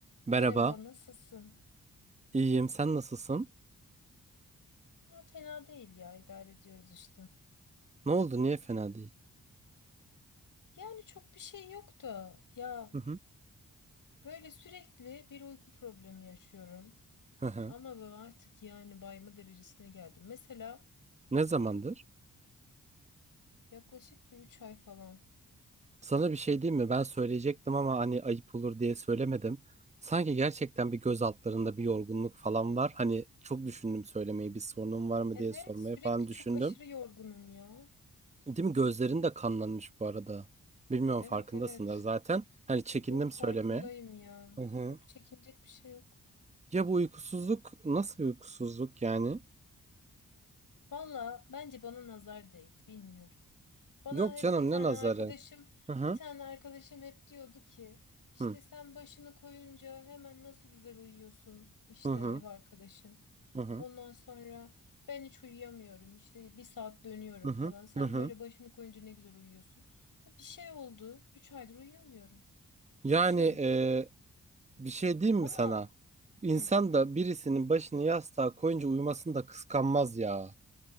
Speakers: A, on the right; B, on the left.
A: Merhaba.
B: Merhaba, nasılsın?
A: İyiyim. Sen nasılsın?
B: Ha, fena değil ya, idare ediyoruz işte.
A: Ne oldu? Niye fena değil?
B: Yani çok bir şey yok da ya
A: Hı hı.
B: böyle sürekli bir uyku problemi yaşıyorum.
A: Hı hı.
B: Ama böyle artık yani bayma derecesine geldim. Mesela
A: Ne zamandır?
B: yaklaşık bir 3 ay falan.
A: Sana bir şey diyeyim mi? Ben söyleyecektim ama hani ayıp olur diye söylemedim. Sanki gerçekten bir göz altlarında bir yorgunluk falan var. Hani çok düşündüm söylemeyi. Bir sorunum var mı
B: Evet,
A: diye sormayı
B: sürekli
A: falan düşündüm.
B: çok aşırı yorgunum ya.
A: Değil mi? Gözlerin de kanlanmış bu arada. Bilmiyorum
B: Evet
A: farkındasınlar
B: evet.
A: zaten. Hani çekindim
B: Yok farkındayım
A: söylemeye.
B: ya.
A: Hı hı.
B: Yok çekinecek bir şey yok.
A: Ya bu uykusuzluk nasıl bir uykusuzluk yani?
B: Valla bence bana nazar değdi, bilmiyorum. Bana
A: Yok
B: hep
A: canım
B: bir tane
A: ne nazarı?
B: arkadaşım,
A: Hı hı.
B: bir tane arkadaşım hep diyordu ki işte
A: Hı
B: sen başını koyunca hemen nasıl güzel uyuyorsun işte
A: hı.
B: ev arkadaşım.
A: Hı hı.
B: Ondan sonra ben hiç uyuyamıyorum işte bir saat dönüyorum
A: Hı hı,
B: falan. Sen
A: hı hı.
B: böyle başını koyunca ne güzel uyuyorsun. Ha, Bir şey oldu. Üç aydır uyuyamıyorum.
A: Yani
B: Yatıyorum.
A: e, bir şey diyeyim
B: Ama
A: mi sana? İnsan
B: hı,
A: da birisinin başını yastığa koyunca uyumasını da kıskanmaz ya.